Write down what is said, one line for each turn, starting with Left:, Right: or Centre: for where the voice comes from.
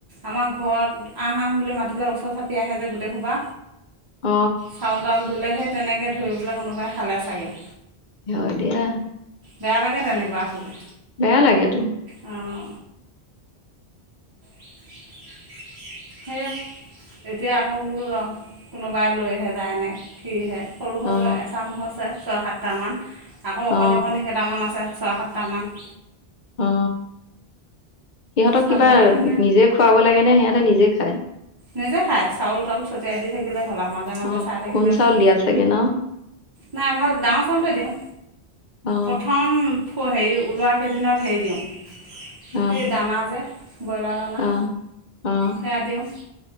Right: আমাৰ ঘৰত আহ-আহ বুলি মাতিলে ওচৰ চাপি আহে যে গোটেই সোপা
Left: অ
Right: চাউল-তাউল দিলে সেই তেনেকে ধৰি পেলাই কোনোবাই খালে চাগে।
Left: হয় দিয়া।
Right: বেয়া লাগে তেনেকুৱা হ'লে।
Left: বেয়া লাগ তো।
Right: অহ। <unintelligible> সেয়া এতিয়া আকৌ বোলো ৰ কোনোবাই লৈহে যায় নে সিহে সৰু-সৰু
Left: অ
Right: এচাম হৈছে ছয়-সাতটামান। আকৌ
Left: অ
Right: অকণী-অকণী কেইটামান আছে ছয়-সাতটামান।
Left: অ সিহঁতক
Right: চাব
Left: কিবা
Right: লাগে
Left: নিজে খুৱাব লাগেনে সিহঁতে নিজে খায়?
Right: নিজে খাই। চাউল-তাউল ছটিয়াই দি থাকিলেই হ'ল আৰু মাজে মাজে
Left: অ
Right: চাই থাকিলেই
Left: খুন চাউল
Right: হ'ল।
Left: দিয়া চাগে ন
Right: নাই ভাল ডাঙৰ চাউলে দিওঁ
Left: অ
Right: প্ৰথম হেৰি ওলোৱা কেইদিনত হেৰি দিওঁ, সেই
Left: অ
Right: দানা যে ব্ৰইলাৰ দানা
Left: অ অ
Right: খাই দিওঁ,